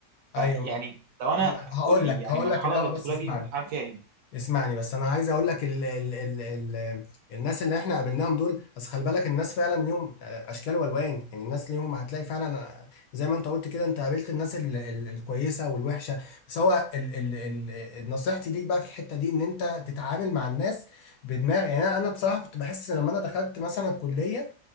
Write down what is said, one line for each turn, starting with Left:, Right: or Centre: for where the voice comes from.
Left: ايوه
Right: فيعني لو انا
Left: أنا هقول
Right: قول لي
Left: لك
Right: يعني
Left: هقول
Right: المرحلة
Left: لك الاول
Right: الانتقالية
Left: بس اسمعني
Right: دي عامل فيها ايه
Left: اسمعني بس انا عايز اقول لك ال ال ال ال الناس اللي احنا قابلناهم دول بس خلي بالك الناس فعلا ليهم آه، اشكال والوان يعني الناس ليهم هتلاقي فعلا آه، زي ما انت قلت كده انت قابلت الناس ال ال الكويسه والوحشه بس هو ال ال ال نصيحتي ليك بقى في الحته دي ان انت تتعامل مع الناس بدماغ يعني انا أنا بصراحه كنت بحس لما انا دخلت مثلا الكليه